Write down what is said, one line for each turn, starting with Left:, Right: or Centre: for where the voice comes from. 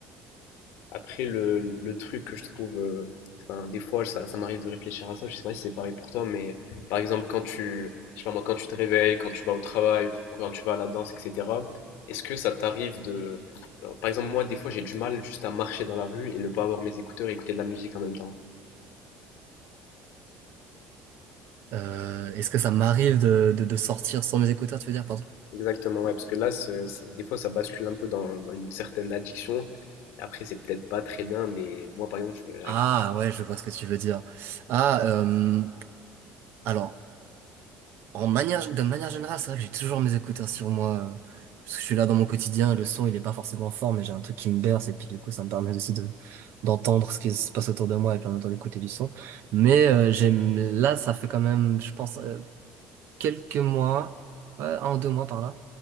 Left: Après, le, le truc que je trouve, euh, enfin, des fois, ça, ça m'arrive de réfléchir à ça. Je sais pas si c'est pareil pour toi, mais par exemple, quand tu, je sais pas moi, quand tu te réveilles, quand tu vas au travail, ou quand quand tu vas à la danse, etc., est-ce que ça t'arrive de. Alors, par exemple, moi, des fois, j'ai du mal juste à marcher dans la rue et ne pas avoir mes écouteurs et écouter de la musique en même temps.
Right: Euh, est-ce que ça m'arrive de, de, de sortir sans mes écouteurs, tu veux dire, pardon?
Left: Exactement, ouais, parce que là, ce- ce- des fois, ça bascule un peu dans, dans une certaine addiction. Après, c'est peut-être pas très bien, mais moi, par exemple, je- j'arrive
Right: Ah, ouais, je vois ce que tu veux dire. Ah, euh, alors. En manière, de manière générale, c'est vrai que j'ai toujours mes écouteurs sur moi. euh, Parce que je suis là dans mon quotidien, le son il est pas forcément fort, mais j'ai un truc qui me berce et puis du coup ça me permet aussi de d'entendre ce qui se passe autour de moi et puis en même temps d'écouter du son. Mais euh, j'aime là ça fait quand même, je pense, euh, quelques mois, ouais, un ou deux mois par là,